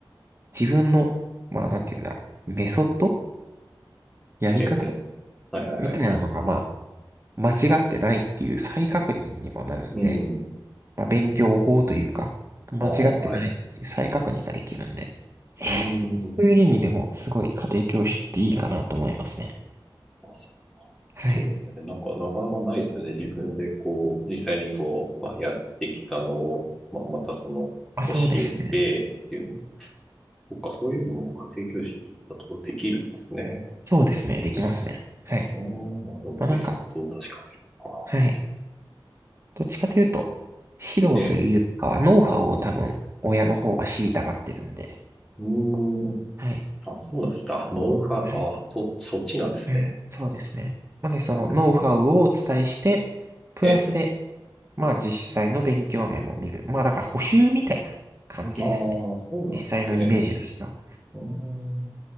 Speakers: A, on the right; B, in the centre.
A: 自分の、まあなんていうんだろう、メソッドやり方
B: ええ、ええはいはいはい。
A: みたいなのがまあ、間違ってないっていう再確認にもなるんで、
B: うん。
A: まあ、勉強法というか、間違ってないっていう再確認ができるんで、
B: ああ、はい。うん。
A: そういう意味でもすごい家庭教師っていいかなと思いますね。
B: あそ
A: はい。
B: そうですね。なんか、なかなかないですよね。自分でこう、実際にこう、まあ、やってきたのを、まあ、またその、
A: まあ、そうですね。
B: 教えてっていうの。そっか、そういうのも家庭教師だとできるんですね。
A: そうですね。できますね。はい。
B: ああ、なるほど。
A: まあ、
B: メソッドを確かめる。
A: なんか、
B: あ、
A: はい。どっちかというと、指導というよりかは、
B: ええ。
A: ノウハウを多分、親の方が知りたがってるんで。
B: うーん。
A: はい。
B: あ、そうでした。ノウハウ、
A: はい。
B: あ、そ、そっちなんですね。
A: はい。そうですね。なので、そのノウハウをお伝えして、
B: なるほど。
A: プラスで、
B: ええ。
A: まあ実際の勉強面も見る。まあだから補習みたいな感じですね。
B: ああ、そうなんですね。
A: 実際のイメージとしては。
B: うーん。